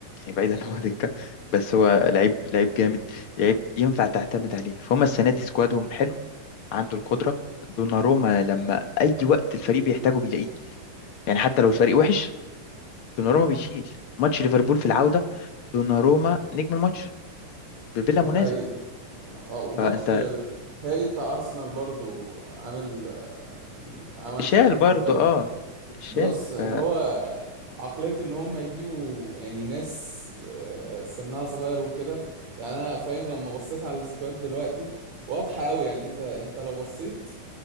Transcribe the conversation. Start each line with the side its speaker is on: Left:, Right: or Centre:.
Left: يعني بعيد ان
Right: امم
Left: هو دكه بس هو لعيب لعيب جامد لعيب ينفع تعتمد عليه فهم السنه دي سكوادهم حلو عنده القدره دوناروما لما اي وقت الفريق بيحتاجه بيلاقيه يعني حتى لو الفريق وحش دوناروما بيشيل ماتش ليفربول في العودة دوناروما نجم الماتش بلا
Right: دي
Left: منازع
Right: حقيقة اه وماتش
Left: فانت
Right: تهيألي بتاع ارسنال برضو عامل آه، يعني عمل
Left: شال
Right: شغل
Left: برضو
Right: حلو قوي
Left: اه شال
Right: بلس ان
Left: ف
Right: هو عقلية ان هم يجيبوا يعني ناس آه، سنها صغير وكده يعني انا فاهم لما بصيت على السكواد دلوقتي واضحة قوي يعني انت انت لو بصيت